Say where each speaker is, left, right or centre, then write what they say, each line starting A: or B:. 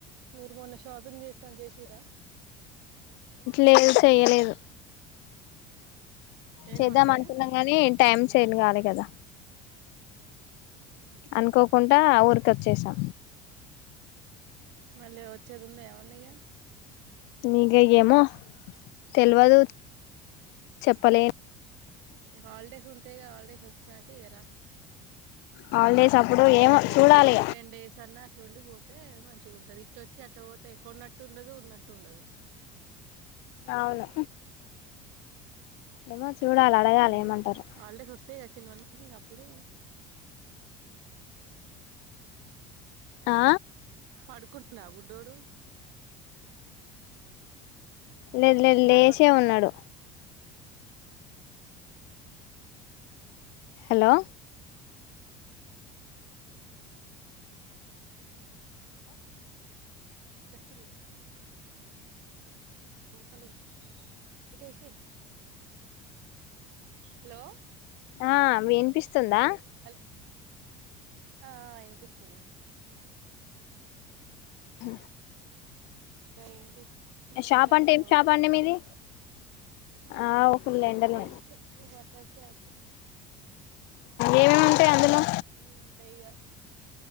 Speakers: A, on the right (about 70°); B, on the left (about 65°).
A: మీరు మొన్న షాపింగ్ చేస్తాను చేసిరా
B: లేదు చెయ్యలేదు
A: ఏం
B: చేద్దాం
A: కొనలే
B: అనుకున్నాం కాని టైమ్ సేన్ కాలే కదా
A: ఉహు
B: అనుకోకుండా ఊరికి వచ్చేసా
A: మళ్ళీ వచ్చేది ఉందా ఏవన్నా ఇగా
B: మీగ ఏమో తెల్వదు చెప్పలే
A: హాలిడేస్ ఉంటయిగ హాలిడేస్ వచ్చినాక ఇక రా
B: హాలిడేస్ అప్పుడు ఏమో
A: వచ్చి
B: చూడాలి
A: ఒక టెన్ డేస్ అన్నా అట్లుండి పో తే మంచిగా ఉంటది ఇట్టొచ్చి అట్ట పోతే కొన్నట్టు ఉండదు ఉన్నట్టు ఉండదు
B: అవును ఏమో చూడాలి అడగాలి
A: హ్మ్
B: ఏమంటారు
A: హాలిడేస్ వస్తయిగ చిన్నోనికి అప్పుడు
B: ఆ
A: పడుకుండా బుడ్డోడు
B: లేదు
A: చిన్నాడు
B: లేదు లేచే
A: పడుకుండా
B: ఉన్నాడు హలో
A: డస్ట్బన్ లోపల ఉంది ఇటేసేయండి హలో
B: ఆ మీ వినిపిస్తుందా
A: హల్ ఆ ఆ వినిపిస్తుంది ఉ
B: హ
A: ఇంకా ఏంటి
B: షాప్
A: ఎండలు
B: అంటే
A: ఉన్నాయా
B: ఏం షాప్
A: ఊర్లో
B: అండి మీది ఆ ఫుల్
A: టెక్స్టైల్స్
B: ఎండలు
A: బట్టలషాపు
B: ఏమేమి ఉంటాయి అందులో
A: అన్నీ ఉంటాయి ఇక